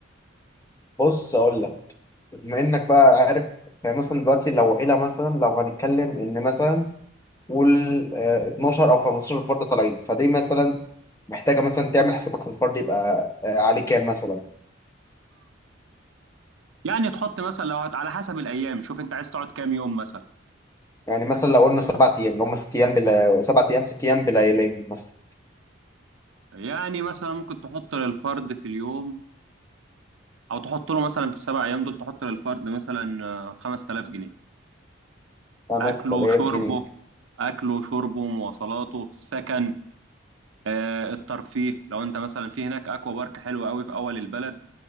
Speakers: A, on the left; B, on the right.
A: بص اقول لك بما انك بقى عارف مثلا دلوقتي لو عيله مثلا لو هنتكلم ان مثلا قول آه، 12 او 15 فرد طالعين فدي مثلا محتاجه مثلا تعمل حسابك في الفرد يبقى آه، عليه كام مثلا
B: يعني تحط مثلا لو هت... على حسب الأيام شوف أنت عايز تقعد كام يوم مثلا
A: يعني مثلا لو قلنا سبع ايام اللي هم ست ايام بلا سبع ايام ست ايام بليالي مثلا
B: يعني مثلا ممكن تحط للفرد في اليوم أو تحط له مثلا في السبع أيام دول تحط للفرد مثلا آه، 5000 جنيه
A: 5000
B: أكله شربه
A: جنيه
B: أكله شربه مواصلاته سكن آه، الترفيه لو أنت مثلا في هناك أكوا بارك حلوة قوي في أول البلد